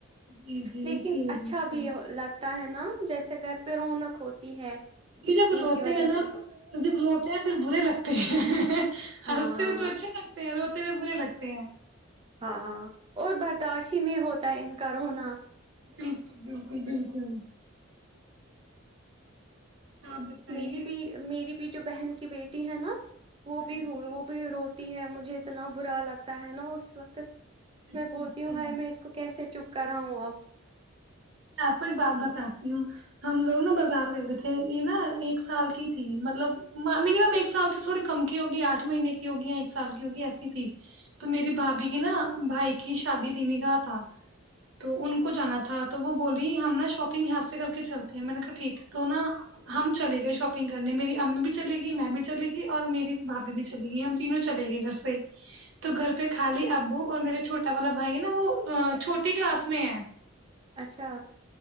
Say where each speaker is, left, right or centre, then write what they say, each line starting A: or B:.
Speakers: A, on the right; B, on the right.
A: جی جی
B: لیکن
A: اسی وجہ
B: اچھا
A: سے
B: بھی لگتا ہوتا ہے نا جیسے گھر پہ رونق ہوتی ہے
A: ج جو بروتے
B: ان کی وجہ
A: ہیں نا
B: سے
A: ج بروتے پھر برے لگتے ہیں
B: ہاں
A: ہنستے ہو تو اچھا لگتے ہیں رو برے لگتے ہیں
B: ہاں ہاں اور برداشت ہی نہیں ہوتا ہے ان کا ہونا
A: بالکل بالکل بالکل بالکل آپ بتائیے
B: میری بھی میری بھی جو بہن کی بیٹی ہے نا
A: ہاں
B: وہ بھی
A: جی
B: ہو وہ بھی رو تی ہے مجھے اتنا برا لگتا ہے نا اس وقت
A: اچھا
B: میں بولتی
A: اچھا
B: ہوں ہائی میں اس کو کیسے چپ کر رہا ہوں اب
A: میں آپ کو ایک بات بتا ہم لوگ نا بازار گئے ہوئے تھے یہ نا ایک سال کی تھی مطلب مینمم ایک سال سے تھوڑی کم کی ہوگی آٹھ مہینے کی ہوگی یا ایک سال کی ہوگی ایسی تھی تو میری بھابھی کی نا بھائی کی شادی تین کااہ تھا تو ان کو جانا تھا تو وہ بولی ہم نا شاپنگ یہاں سے کر کے چلتے ہیں میں نے کہا ٹھیک ہے تو نا ہم چلے گئے شاپنگ کرنے میری امی بھی چلے گی میں بھی چلے گی اور میری بھابھی بھی چلے گی ہم تینوں چلے گئے گھر سے تو گھر پہ خالی ابو اور میرا چھوٹا والا بھائی ہے نا وہ چھوٹی کلاس میں
B: اچھا